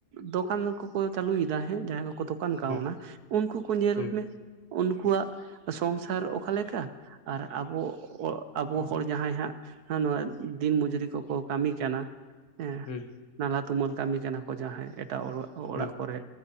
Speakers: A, on the right; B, on the left.
A: ᱫᱚᱠᱟᱱ ᱠᱚᱠᱚ ᱪᱟᱹᱞᱩᱭᱮᱫᱟ ᱦᱮᱸ, ᱡᱟᱦᱟᱸᱭ ᱠᱚᱠᱚ ᱫᱚᱠᱟᱱ ᱠᱟᱣᱱᱟ
B: ᱦᱩᱸ
A: ᱩᱱᱠᱩ ᱠᱚ ᱧᱮᱞ
B: ᱦᱩᱸ ᱦᱮᱸ
A: ᱢᱮ, ᱩᱱᱠᱩᱣᱟᱜ ᱥᱚᱝᱥᱟᱨ ᱚᱠᱟᱞᱮᱠᱟ, ᱟᱨ ᱟᱵᱚ ᱚ ᱟᱵᱚ ᱦᱚᱲ ᱡᱟᱦᱟᱸᱭ ᱦᱟᱸᱜ ᱱᱚᱣᱟ ᱫᱤᱱ ᱢᱚᱡᱩᱨᱤ ᱠᱚ ᱠᱚ ᱠᱟᱹᱢᱤ ᱠᱟᱱᱟ, ᱦᱮᱸ
B: ᱦᱩᱸ
A: ᱱᱟᱞᱦᱟ ᱛᱩᱢᱟᱹᱞ ᱠᱟᱹᱢᱤ ᱠᱟᱱᱟ ᱠᱚ ᱡᱟᱦᱟᱸᱭ, ᱮᱴᱟᱜ ᱚᱲᱟᱜ
B: ᱦᱩᱸ
A: ᱠᱚᱨᱮ